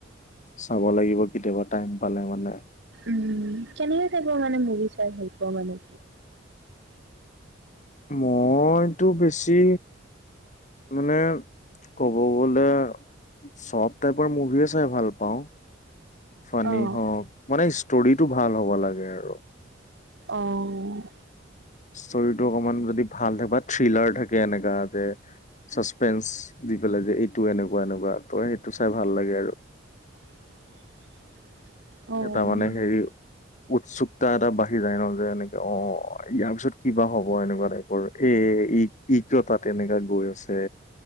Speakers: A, on the left; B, on the right.
A: চাব লাগিব কেতিয়াবা টাইম পালে মানে।
B: উম, কেনেকা টাইপৰ মানে মুভি চাই ভালপোৱা মানে?
A: মই তো বেছি মানে ক'ব গ'লে চব টাইপৰ মুভিয়ে চাই ভাল পাওঁ। ফানী
B: অ'
A: হওঁক, মানে ষ্টৰিটো ভাল হ'ব লাগে আৰু।
B: অ'।
A: ষ্টৰিটো অকমান যদি ভাল থাকে বা থ্ৰিলাৰ থাকে এনেকা যে চাচপেঞ্চ দি পেলাই যে এইটো এনেকুৱা, এনেকুৱা ত' সেইটো চাই ভাল লাগে আৰু।
B: <inaudible> অ'
A: এটা মানে হেৰি উৎসুকতা এটা বাঢ়ি যায় ন' যে এনেকে অ', অ' ইয়াৰ পিছত কিবা হ'ব এনেকুৱা টাইপৰ। এ, ই- ই কিয় তাত এনেকুৱা গৈ আছে।